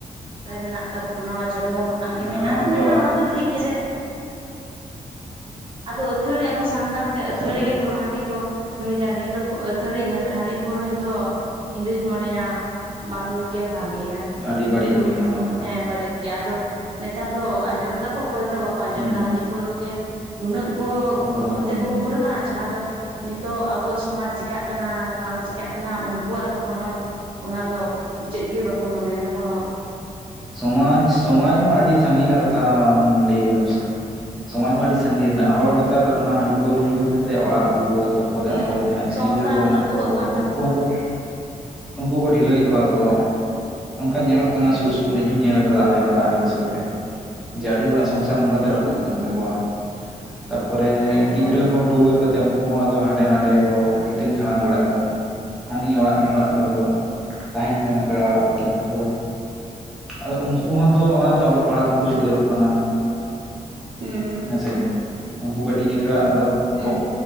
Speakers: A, on the right; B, in the centre.
A: ᱨᱮ ᱢᱮᱱᱟᱜ ᱛᱟᱵᱚᱱᱟ ᱚᱱᱟ ᱡᱚᱱᱢᱚ ᱠᱷᱚᱱᱟᱜ ᱜᱮ
B: ᱦᱮᱸ
A: ᱢᱮᱱᱟᱜ
B: ᱚᱱᱟ ᱢᱟᱛᱚ
A: ᱫᱚ ᱢᱮᱱᱟᱜᱼᱟ ᱚᱱᱟ ᱫᱚ ᱴᱷᱤᱠ ᱜᱮ ᱪᱮ, ᱟᱫᱚ ᱟᱹᱛᱷᱟᱹᱲᱤ ᱟᱵᱚ ᱥᱟᱱᱛᱟᱲ ᱟᱹᱛᱷᱟᱹᱲᱤ
B: ᱟᱫᱚ
A: ᱜᱮ ᱯᱟᱹᱣᱨᱟᱹ ᱦᱟᱺᱰᱤ ᱠᱚ ᱧᱩᱭ ᱫᱟ ᱱᱤᱭᱟᱹ ᱫᱚ ᱟᱹᱛᱷᱟᱹᱲᱤ ᱦᱟᱺᱰᱤ ᱯᱟᱹᱣᱨᱟᱹ ᱧᱩ ᱫᱚ ᱤᱧ ᱫᱩᱧ ᱢᱚᱱᱮᱭᱟ ᱵᱟᱝ ᱧᱩ ᱜᱮ ᱵᱷᱟᱜᱮᱭᱟ᱾
B: ᱟᱹᱰᱤ ᱵᱟᱹᱲᱤᱡ
A: ᱠᱤᱱᱛᱩ
B: ᱜᱮᱭᱟ ᱦᱳᱭ
A: ᱦᱮᱸ ᱵᱟᱹᱲᱤᱡ ᱜᱮᱭᱟ ᱟᱫᱚ ᱱᱮᱛᱟᱨ ᱫᱚ ᱟᱸᱡᱚᱢ ᱫᱟᱠᱚ ᱚᱠᱚᱭ ᱦᱚᱛᱚ ᱵᱟᱠᱚ ᱟᱸᱡᱚᱢ
B: ᱦᱩᱸ
A: ᱮᱫᱟ ᱦᱟᱺᱰᱤ ᱯᱟᱹᱣᱨᱟᱹ ᱜᱮ ᱱᱩᱱᱟᱹᱜ ᱠᱚ
B: ᱚᱠᱚᱭ ᱦᱚᱸ
A: ᱧᱩ
B: ᱵᱟᱠᱚ
A: ᱛᱮᱠᱚ
B: ᱟᱸᱡᱚᱢ ᱮᱫᱟ
A: ᱜᱷᱳᱨ ᱠᱟᱱᱟ ᱡᱟᱦᱟᱸ ᱫᱚ ᱱᱤᱛᱚᱜ ᱟᱵᱚᱣᱟᱜ ᱥᱚᱢᱟᱡᱽ ᱪᱤᱠᱟᱜ ᱠᱟᱱᱟ ᱵᱟᱝ ᱪᱤᱠᱟᱜ ᱠᱟᱱᱟ ᱩᱱᱠᱩᱣᱟᱜ ᱫᱚ ᱠᱳᱱᱚ ᱚᱱᱟ ᱫᱚ ᱪᱮᱫ ᱜᱮ ᱵᱟᱠᱚ ᱢᱚᱱᱮᱭᱮᱫᱟ ᱠᱚᱱᱚ
B: ᱥᱚᱢᱟᱡᱽ ᱥᱚᱢᱟᱡᱽ ᱢᱟ
A: ᱮᱫᱟ
B: ᱟᱹᱰᱤ ᱥᱟᱹᱜᱤᱧ ᱨᱮᱱᱟᱜ ᱠᱟᱛᱷᱟᱢ ᱞᱟᱹᱭ ᱠᱮᱫᱟᱢ᱾ ᱥᱚᱢᱟᱡᱽ ᱢᱟ ᱟᱹᱰᱤ ᱥᱟᱸᱜᱤᱧ ᱨᱮᱱᱟᱜ ᱦᱚᱲ ᱱᱮᱛᱟᱨ ᱚᱱᱟ ᱦᱟᱺᱰᱤ ᱯᱟᱹᱣᱨᱟᱹ ᱧᱩ ᱠᱷᱟᱹᱛᱤᱨ ᱛᱮ ᱚᱲᱟᱜ ᱫᱩᱣᱟᱹᱨ ᱛᱟᱨᱯᱚᱨᱮ
A: ᱦᱮᱸ
B: ᱟᱠᱚᱨᱮᱱ ᱡᱟᱦᱟᱸᱭ
A: ᱥᱚᱝᱥᱟᱨ
B: ᱜᱤᱫᱽᱨᱟᱹ ᱠᱚ
A: ᱦᱚᱸ
B: ᱢᱮᱱᱟᱜ
A: ᱨᱟᱹᱯᱩᱫᱚᱜ
B: ᱠᱚᱣᱟ ᱵᱟᱹᱦᱩ
A: ᱠᱟᱱ
B: ᱠᱚ
A: ᱛᱟᱠᱚᱣᱟ
B: ᱩᱱᱠᱩ ᱦᱚᱸᱠᱚ ᱩᱱᱠᱩ ᱠᱚ ᱰᱷᱤᱞᱟᱹᱭᱮᱫ ᱠᱚᱣᱟ ᱠᱚ ᱚᱱᱠᱟ ᱧᱮᱞᱚᱜ
A: ᱦᱩᱸ
B: ᱠᱟᱱᱟ ᱥᱩᱨ ᱥᱩᱯᱩᱨ ᱤᱧ ᱦᱚᱸᱧ ᱧᱮᱞ ᱟᱠᱟᱫᱟ ᱟᱞᱮ ᱚᱱᱟ ᱟᱲᱮ ᱯᱟᱥᱮ ᱠᱚᱨᱮ᱾ ᱡᱮ ᱟᱹᱰᱤ ᱦᱚᱲᱟᱜ ᱥᱚᱝᱥᱟᱨ ᱱᱚᱝᱠᱟᱛᱮ ᱨᱟᱹᱯᱩᱫ ᱟᱠᱟᱱ ᱛᱟᱠᱚᱣᱟ ᱛᱟᱨᱯᱚᱨᱮ
A: ᱦᱮᱸᱛᱚ
B: ᱜᱤᱫᱽᱨᱟᱹ ᱦᱚ ᱴᱩᱣᱟᱹᱨ ᱠᱟᱛᱮᱜ ᱩᱱᱠᱩ ᱦᱚᱸ ᱟᱫᱚ ᱦᱟᱸᱰᱮ ᱱᱟᱰᱮ ᱠᱚ ᱦᱤᱴᱟᱹᱝ ᱡᱷᱟᱲᱟᱝ ᱵᱟᱲᱟᱜ ᱠᱟᱱᱟ᱾ ᱦᱟᱹᱱᱤ ᱚᱲᱟᱜ ᱱᱩᱭ ᱚᱲᱟᱜ ᱠᱚᱨᱮ ᱠᱚ ᱛᱟᱸᱦᱮᱱ ᱠᱟᱱᱟ ᱯᱮᱲᱟ ᱚᱲᱟᱜ ᱠᱚᱨᱮ ᱛᱟᱯᱚᱨᱮ ᱟᱫᱚ ᱩᱱᱠᱩ ᱦᱚᱸᱛᱚ ᱚᱱᱟᱛᱮ ᱚᱞᱚᱜ ᱯᱟᱲᱦᱟᱜ ᱠᱷᱚᱱ ᱠᱚ ᱪᱷᱩᱰᱟᱹᱨᱚᱜ ᱠᱟᱱᱟ᱾
A: ᱦᱩᱸ
B: ᱦᱮᱸᱥᱮ ᱩᱱᱠᱩ ᱠᱟᱹᱴᱤᱡ ᱜᱤᱫᱽᱨᱟᱹᱼᱟ ᱟᱫᱚ
A: ᱦᱩᱸ
B: ᱯᱚ